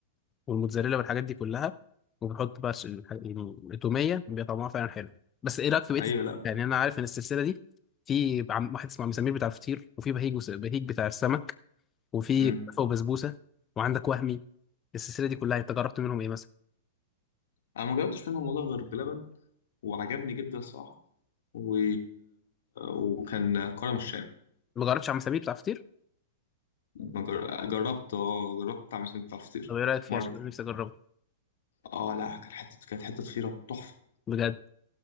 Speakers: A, on the left; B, on the left.
A: والموتزاريلا والحاجات دي كلها وبيحط بقى ش- الح- يعني التوميه بيبقى طعمها فعلا حلو بس ايه رايك في بقيه
B: ايوه
A: الت-
B: لا
A: يعني انا عارف ان السلسله دي في عم- واحد اسمه عم سمير بتاع الفطير وفي بهيج وس- بهيج بتاع السمك وفي
B: امم
A: كنافه وبسبوسه وعندك وهمي السلسله دي كلها انت جربت منهم ايه مثلا
B: انا ما جربتش منهم والله غير بلبن وعجبني جدا الصراحه و... وكان كرم الشام
A: ما جربتش عم سمير بتاع الفطير
B: ما جر- جربت اه جربت اعمل سمك بتاع الفطير
A: طب ايه رايك فيه
B: مره
A: عشان أنا نفسي اجربه
B: اه لا كان حته كانت حته فطيره تحفه
A: بجد